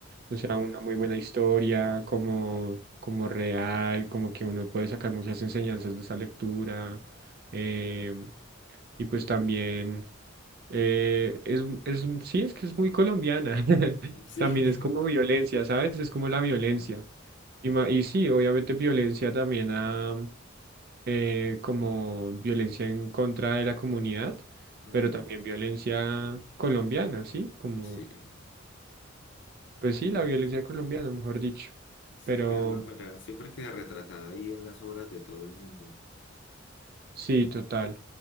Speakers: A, on the right; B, on the left.
A: o sea, una muy buena historia, como, como real, como que uno puede sacar muchas enseñanzas de esa lectura, eh, y pues también... Eh, es, es, sí, es que es muy colombiana. <laughs>
B: Ujú. Sí,
A: También
B: <laughs>
A: es como violencia, ¿sabes? Es como la violencia.
B: ajá,
A: Y, ma- y sí, obviamente violencia también a, eh, como violencia en contra de la comunidad,
B: ujú.
A: pero también violencia colombiana, ¿sí? Como,
B: Sí,
A: pues sí,
B: como
A: la violencia colombiana, mejor dicho.
B: sí
A: Pero
B: que de alguna manera siempre queda retratada ahí en las obras de todo el mundo.
A: sí, total.